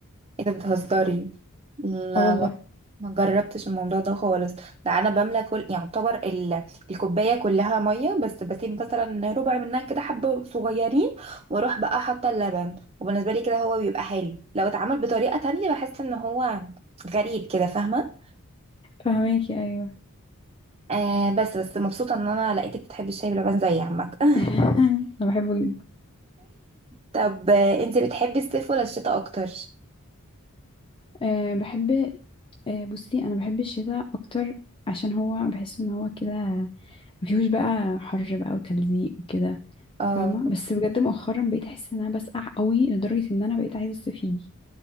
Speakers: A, on the right (about 25°); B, on the left (about 25°).
A: ايه ده بتهزري لا
B: اه والله
A: ما ما جربتش الموضوع ده خالص ده انا بملى كل يعتبر ال... الكوبايه كلها ميه بس بسيب مثلا ربع منها كده حبه صغيرين واروح بقى حاطه اللبن وبالنسبه لي كده هو بيبقى حلو لو اتعمل بطريقه تانية بحس ان هو غريب كده فاهمه
B: فهماكي ايوه
A: آه بس بس مبسوطة ان انا لقيتك بتحبي الشاي بلبن زي عمك <laughs>
B: <laughs> انا بحبه جدا
A: طب آه، انتي بتحبي الصيف ولا الشتاء اكتر
B: أه بحب أه بصي انا بحب الشتاء اكتر عشان هو بحس ان هو كده مفيهوش بقى حر بقى وتلزيق وكده
A: اه
B: فاهمه بس بجد مؤخرا بقيت احس ان انا بسقع قوي لدرجه ان انا بقيت عايزه الصيف يجي